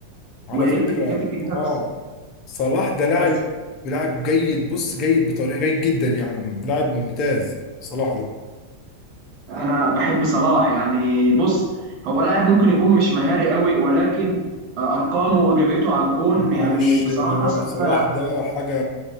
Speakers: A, on the left; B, on the right.
A: على
B: والتكتيكات
A: فكره
B: الجديده
A: اه
B: بس
A: صلاح ده لاعب
B: بس
A: لاعب جيد بص جيد بطريقه جيد جدا يعني لاعب ممتاز صلاح ده
B: انا بحب صلاح يعني بص هو لاعب ممكن يكون مش مهاري قوي ولكن ارقامه وايجابيته على الجون
A: يعني معلش
B: يعني بصراحه
A: لا
B: سفاحه
A: صلاح ده حاجه